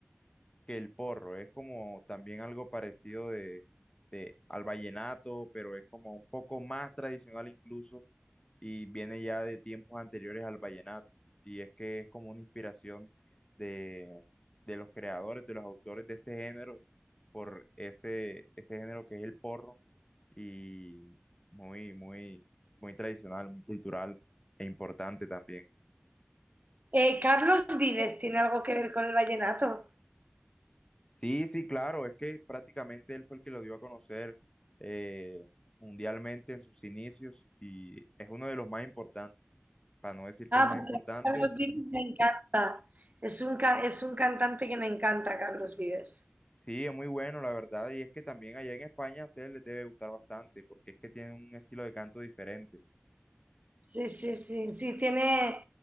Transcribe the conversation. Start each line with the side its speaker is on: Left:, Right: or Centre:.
Left: que el porro. Es como también algo parecido de, de, al vallenato, pero es como un poco más tradicional incluso y viene ya de tiempos anteriores al vallenato. Y es que es como una inspiración de, de los creadores, de los autores de este género, por ese, ese género que es el porro y muy, muy, muy tradicional, muy cultural e importante también.
Right: eh, Carlos Vives tiene algo que ver con el vallenato.
Left: Sí, sí, claro, es que prácticamente él fue el que lo dio a conocer eh, mundialmente en sus inicios y es uno de los más importantes, para no decir que
Right: Ah,
Left: el más
Right: porque
Left: importante
Right: Carlos Vives me encanta. Es un, ca- es un cantante que me encanta, Carlos Vives.
Left: Sí, es muy bueno, la verdad, y es que también allá en España a ustedes les debe gustar bastante, porque es que tienen un estilo de canto diferente.
Right: Sí, sí, sí, sí, tiene,